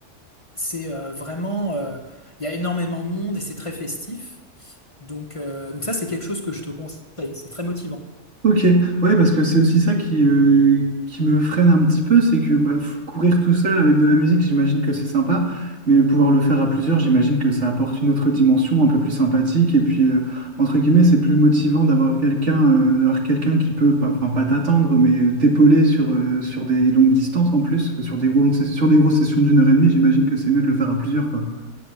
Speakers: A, on the left (about 25°); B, on the right (about 70°).
A: c'est euh, vraiment, euh, il y a énormément de monde et c'est très festif. Donc, euh, donc ça, c'est quelque chose que je te conseille. C'est très motivant.
B: Ok, ouais, parce que c'est aussi ça qui, euh, qui me freine un petit peu, c'est que bah, f- courir tout seul avec de la musique, j'imagine que c'est sympa, mais pouvoir le faire à plusieurs, j'imagine que ça apporte une autre dimension un peu plus sympathique, et puis, euh, entre guillemets, c'est plus motivant d'avoir quelqu'un euh, d'avoir quelqu'un qui peut, pas, enfin, pas t'attendre, mais euh, t'épauler sur, euh, sur des longues distances en plus, sur des gros, sur des grosses sessions d'une heure et demie, j'imagine que c'est mieux de le faire à plusieurs, quoi.